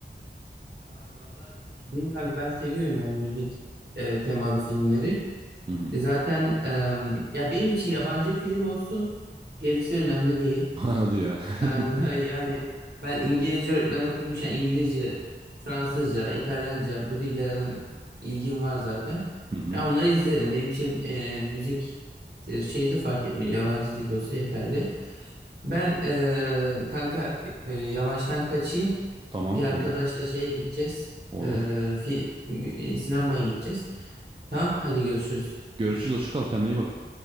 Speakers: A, on the right (about 60°); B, on the right (about 30°).
A: Ya, vallahi izleyeyim kanka ben seviyorum yani müzik e, temalı filmleri.
B: Hı hı.
A: E, Zaten em, ya benim için yabancı film olsun gerisi önemli değil.
B: <laughs> Hadi ya. <laughs>
A: Aha, <laughs> Yani ben İngilizce öğretmen okudum için İngilizce, Fransızca, İtalyanca bu dillerden ilgim var zaten.
B: Hı hı.
A: Ya onları izlerim. Benim için e, müzik e, şeyi de fark etmiyor. Yabancı dil olsa yeterli. Ben e, kanka e, yavaştan kaçayım.
B: Tamam
A: Bir arkadaşla
B: olur.
A: şeye gideceğiz.
B: Olur.
A: E, fi- e, sinemaya gideceğiz. Tamam hadi görüşürüz.
B: Görüşürüz. Hoşça kal. Kendine iyi bak.